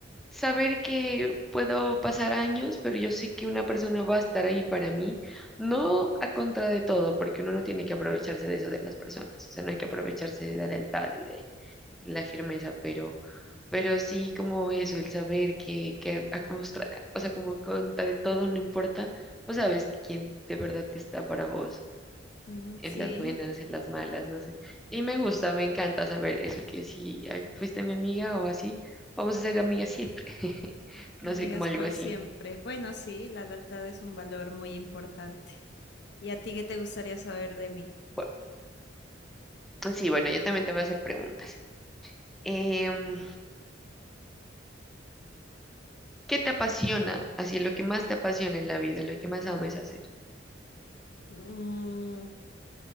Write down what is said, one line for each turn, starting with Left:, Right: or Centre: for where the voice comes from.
Centre: saber que puedo pasar años, pero yo sé que una persona va a estar ahí para mí, no a contra de todo, porque uno no tiene que aprovecharse de eso de las personas, o sea, no hay que aprovecharse de la lealtad y de, la firmeza, pero, pero sí como eso, el saber que, que a contra- o sea, como contra de todo no importa, pues sabes quién de verdad está para vos,
Left: Mm,
Centre: en
Left: sí,
Centre: las buenas, en las malas, no sé. Y me gusta, me encanta saber eso, que si ay, fuiste mi amiga o así, vamos a ser amigas siempre. <laughs>
Left: amigas
Centre: No sé, como algo
Left: por
Centre: así.
Left: siempre. Bueno, sí, la lealtad es un valor muy importante. ¿Y a ti qué te gustaría saber de mí?
Centre: Bu- sí, bueno, yo también te voy a hacer preguntas. Em, ¿qué te apasiona? Así, lo que más te apasiona en la vida, lo que más ames hacer.
Left: Mm,